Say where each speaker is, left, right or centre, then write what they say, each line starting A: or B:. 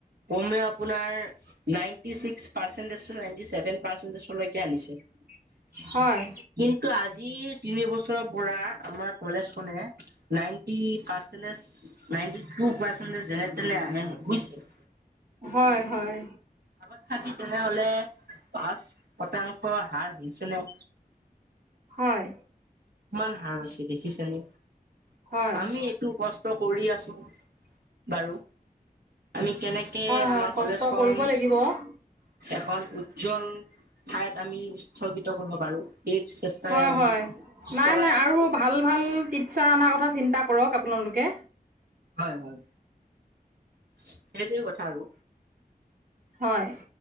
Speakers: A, on the right; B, on the right.
A: কমেও আপোনাৰ ninety six percentage to ninety seven পাৰ্চেন্টেজলৈ কি আনিছে?
B: হয়
A: কিন্তু আজিৰ তিনি বছৰৰ পৰা আমাৰ কলেজখনে ninety percentage, ninety two percentage যেনে তেনে আহে বুইছে।
B: হয়, হয়।
A: আগত থাকি তেনেহ'লে পাঁচ শতাংশ হাৰ হৈছে ন।
B: হয়।
A: ইমান হাৰ হৈছে দেখিছেনে?
B: হয়
A: আমি টো কষ্ট কৰি আছো বাৰু। আমি কেনেক কে
B: হয়
A: আমাৰ
B: হয় কষ্ট
A: কলেজখন
B: কৰিব লাগিব
A: এখন উজ্জ্বল ঠাইত আমি স্থগিত কৰিব পাৰো সেইট চেষ্টাই
B: হয়
A: আমি
B: হয় নাই,
A: চলাই
B: না
A: আছো
B: আৰু ভাল ভাল টিটছাৰ আনা কথা চিন্তা কৰক আপোনালোকে।
A: হয়, হয়। সেইটোৱে কথা আৰু।
B: হয়,